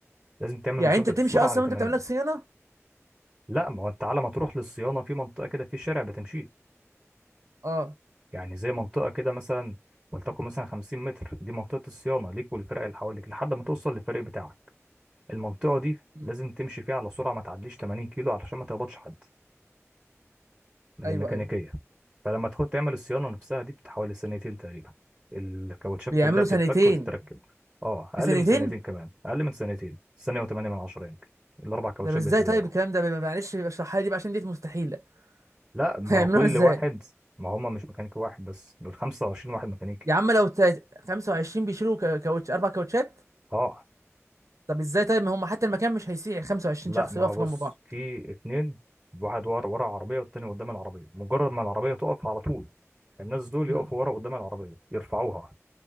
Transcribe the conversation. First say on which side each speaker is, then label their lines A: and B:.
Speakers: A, on the right; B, on the right.
A: لازم تعمل
B: يعني
A: مثبت
B: انت تمشي
A: السرعه
B: اصلا
A: على 80
B: وانت بتعمل لك صيانة
A: لا ما هو انت على ما تروح للصيانه في منطقه كده في شارع بتمشيه
B: اه
A: يعني زي منطقه كده مثلا ولتكن مثلا 50 متر دي منطقه الصيانه ليك والفرق اللي حواليك لحد ما توصل للفريق بتاعك المنطقه دي
B: مم.
A: لازم تمشي فيها على سرعه ما تعديش 80 كيلو علشان ما تخبطش حد من
B: ايوه
A: الميكانيكية
B: ايوه
A: فلما تدخل تعمل الصيانة نفسها دي بتحوالي سنتين تقريبا الكاوتشات
B: بيعملوا
A: كلها بتتفك
B: سنتين
A: وتتركب اه أقل
B: في سنتين
A: من سنتين كمان أقل من سنتين سنة وثمانية من عشرة يمكن الأربع كاوتشات
B: طب ازاي
A: بيتغيروا
B: طيب الكلام ده بيبقى- معلش يبقى اشرحها لي دي بقى عشان دي مستحيلة
A: لا
B: <laughs>
A: ما
B: هيعملوها
A: هو كل
B: ازاي
A: واحد ما هما مش ميكانيكي واحد بس دول 25 واحد ميكانيكي
B: يا عم لو تا- 25 بيشيلوا كا- كاوتش اربع كاوتشات
A: اه
B: طب ازاي طيب ما هم حتى المكان مش هيسيع 25
A: لا
B: شخص
A: ما
B: يقفوا
A: هو بص
B: جنب بعض
A: في اتنين واحد ورا ورا العربية والتاني قدام العربية مجرد ما العربية تقف على طول الناس دول
B: امم
A: يقفوا ورا قدام العربية يرفعوها